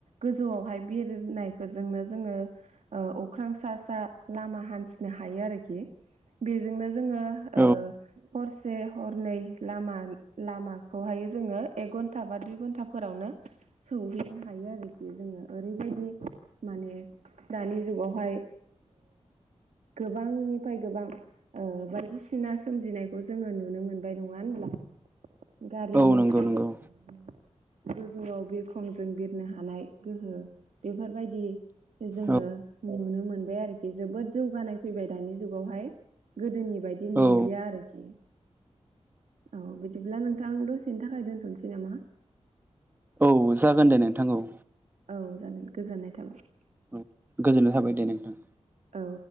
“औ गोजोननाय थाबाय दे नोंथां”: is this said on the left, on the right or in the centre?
Right